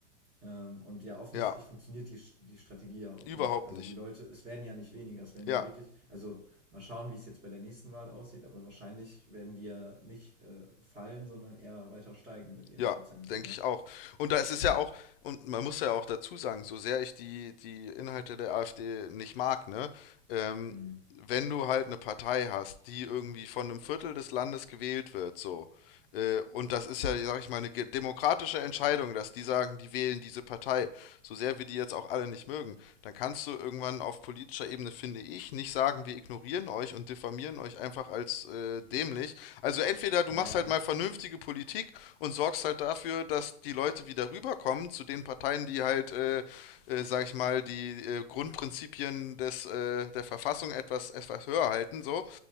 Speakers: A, on the right (about 20°); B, on the left (about 55°).
A: Ähm, und ja, offensichtlich
B: Ja,
A: funktioniert die, die Strategie ja auch
B: überhaupt
A: nicht. Also
B: nicht.
A: die Leute, es werden ja nicht weniger, es werden
B: Ja.
A: ja wirklich, also mal schauen, wie es jetzt bei der nächsten Wahl aussieht, aber wahrscheinlich werden die ja nicht äh, fallen, sondern eher weiter steigen mit ihren
B: Ja,
A: Prozenten.
B: denke
A: Ne?
B: ich auch. Und da ist es
A: Ähm,
B: ja auch, und man muss ja auch dazu sagen, so sehr ich die, die Inhalte der AfD nicht mag, ne, ähm,
A: hm.
B: wenn du halt eine Partei hast, die irgendwie von einem Viertel des Landes gewählt wird, so, äh, und das ist ja, sag ich mal, eine ge- demokratische Entscheidung, dass die sagen, die wählen diese Partei, so sehr wir die jetzt auch alle nicht mögen, dann kannst du irgendwann auf politischer Ebene, finde ich, nicht sagen, wir ignorieren euch und diffamieren euch einfach als äh, dämlich. Also entweder du
A: Naja,
B: machst halt mal vernünftige Politik und sorgst halt dafür, dass die Leute wieder rüberkommen zu den Parteien, die halt, äh, äh, sag ich mal, die äh, Grundprinzipien des, äh, der Verfassung etwas, etwas höher halten, so.